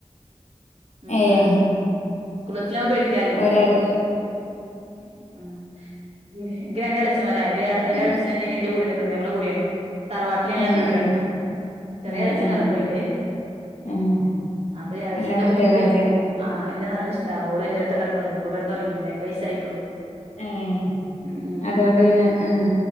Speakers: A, on the right; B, on the left.
A: മ്
B: ഏഹ്
A: മ് സ്കൂ പഠിക്കാല്
B: ഒരാൾ
A: മ് എനിക്ക് രണ്ട് ഇളച്ചിമാരാണ് അതിൽ ഒരേളച്ചി
B: ഉം
A: എന്റെ കൂടെ നിൽക്കും ഞങ്ങള്ടെ കൂടിയാണ് തറവാട്ടിൽ ഞങ്ങ
B: ആഹ്
A: രണ്ടു കൂട്ടരാണ്
B: ആഹ്
A: ചെറിയ
B: ആഹ്
A: എളച്ചി
B: ആഹ്
A: വേറെ പോയിണ്ട്
B: ആഹ്
A: അപ്പൊ എളച്ചിൻ്റെ
B: അല്ല മറ്റേ
A: മോൾക്ക്
B: രാജ
A: ആഹ് എന്നെ നല്ല ഇഷ്ടാ ഓള് എന്റെ അടുത്ത കിടന്ന് ഉറങ്ങ ഇപ്പൊ കിടന്നുറങ്ങി രണ്ട് വയസ്സ് ആയിട്ടുള്ളു.
B: ഏഹ്
A: ഉം ഉം
B: അതുകൊണ്ട് പിന്നെ ആഹ്